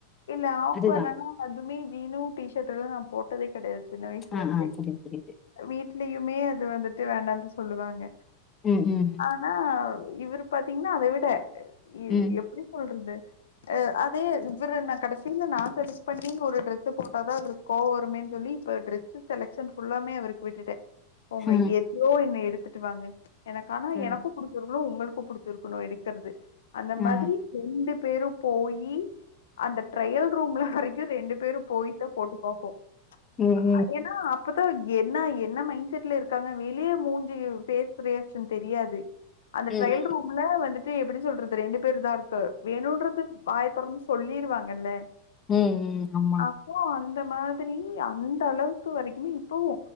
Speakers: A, on the left; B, on the left.
A: இல்ல ஆக்வேடாலா
B: அதுதா.
A: அதுமே ஜீனு டி ஷர்ட் எல்லா நா போட்டதே கெடையாது சின்ன வய்சுலருந்தே
B: ஆ ஆ புரியுது புரியுது.
A: வீட்லயுமே அது வந்துட்டு வேண்டான்ட்டு சொல்லுவாங்க
B: ம் ம் ம்
A: ஆனா இவரு பாத்தீங்ன்னா அத விட இ
B: ம்.
A: எப்பிடி கொல்றது ஆ அதயே இவரு நா கடைசியில நா செலக்ட் பண்ணி ஒரு ட்ரெஸு போட்டாதா இவருக் கோவ வருமே சொல்லி இப்ப டிரெஸு செலக்ஷன் ஃபுல்லாமே அவருக்கு விட்டுட்டே போங்க
B: ஆ.
A: எதையோ என்ன எடுத்துட்டு வாங்க எனக்கானா
B: ஆ.
A: எனக்கு புடிச்சிருக்கனு உங்களுக்கு புடிச் சிருக்கனு எடுக்குறது அந்த
B: ஆ.
A: மாதிரி ரெண்டு பேரு போயி அந்த ட்ரையல் ரூம்ல வரைக்கு ரெண்டு பேரு போயிதா போட்டு பாப்போ
B: ம்.
A: ஆ
B: ம்.
A: ஏ னா அப்பதா என்ன என்ன மைண்ட் செட்ல இருக்காங்க வெளிய மூஞ்சிவ் பேஸ் ரியாக்ஷன் தெரியாது அந்த
B: ம். ம்.
A: ட்ரயல் ரூம்ல வந்துட்டு எப்டி சொல்றது ரெண்டு பேருதாருக்கு வேணுன்றது வாய தொறந்து சொல்லி ட்டு வாங்கல்ல
B: உம் உம் அம்மா
A: ஓ அந்த மாதிரி அந்த அளவுக்கு வரைக்குமே இப்பவூ